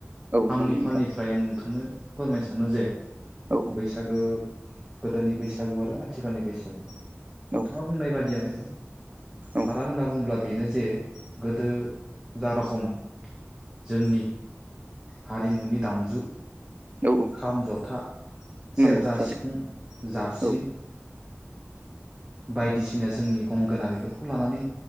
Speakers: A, on the right (about 35°); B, on the right (about 15°).
A: औ
B: आंनि
A: नंगौ
B: फालनिफ्राय
A: नोंथां
B: फ्राय आं नोंथांनो फोरमायनो सानो जे
A: औ
B: बैसागो गोदोनि बैसागो बैसागु आरो आथिखालनि बैसागु नोंथांआ
A: औ
B: बुंनाय बादिआनो
A: औ
B: फाराग होनना बुंब्ला बेनो जे गोदो जा रोखोम जोंनि हारिमुनि दामजु
A: औ औ
B: खाम जथा सेरजा
A: नंगौ थारैनो
B: सिफुं जाबस्रिं
A: औ
B: बायदिसिना जोंनि गंगोना बेफोरखौ लानानै